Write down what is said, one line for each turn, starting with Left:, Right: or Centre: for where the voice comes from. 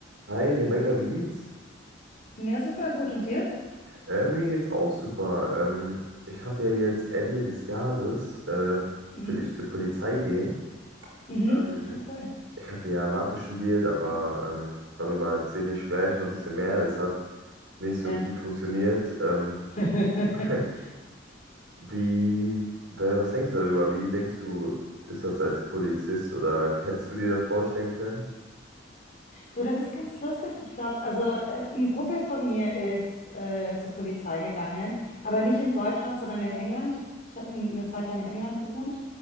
Right: Hi Rebecca, wie geht's?
Left: Ja, super gut. Und dir?
Right: Äh, mir geht's auch super. Ähm, ich habe ja jetzt Ende des Jahres, äh,
Left: Mhm.
Right: will ich zur Polizei gehen.
Left: Mhm.
Right: Ähm,
Left: Ah, cool.
Right: ich hatte ja Mathe studiert, aber ähm, darüber erzähle ich gleich noch ein bisschen mehr. Es hat nicht so
Left: Ja.
Right: gut funktioniert. Ähm,
Left: <laughs>
Right: <laughs> wie, wa- was denkst du darüber? Wie denkst du, ist das als Polizist oder hättest du dir das vorstellen können?
Left: Du, das ist ganz lustig. Ich glaube, also äh, ein Kumpel von mir ist äh, zur Polizei gegangen, aber nicht in Deutschland, sondern in England. Ich, ich habe eine Zeit lang in England gewohnt